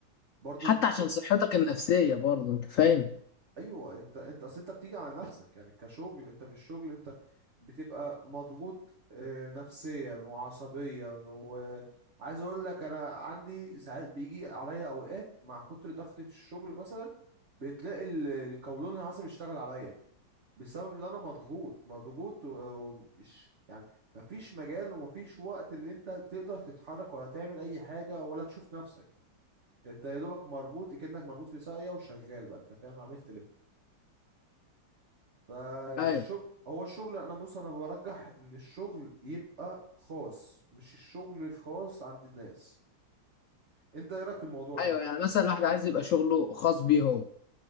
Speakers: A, on the right; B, on the left.
A: برضو
B: حتى
A: ج-
B: عشان صحتك النفسية برضه انت فاهم
A: ايوه انت انت اصل انت بتيجي على نفسك يعني كشغل انت في الشغل انت بتبقى مضغوط آه، نفسيا وعصبيا وعايز اقول لك انا عندي ساعات بيجي عليا اوقات مع كتر ضغطة الشغل مثلا بتلاقي ال- القولون العصبي اشتغل عليا بسبب اللي انا مضغوط مضغوط و- ومش يعني مفيش مجال ومفيش وقت اللي انت تقدر تتحرك ولا تعمل اي حاجة ولا تشوف نفسك انت يا دوبك مربوط كأنك مربوط في ساقية وشغال بقى انت فاهم عمال تلف فالشغل
B: ايوه
A: هو الشغل انا بص انا برجح ان الشغل يبقى خاص مش الشغل الخاص عند الناس انت ايه رايك في الموضوع ده
B: ايوه يعني مثلا الواحد عايز يبقى شغله خاص بيه هو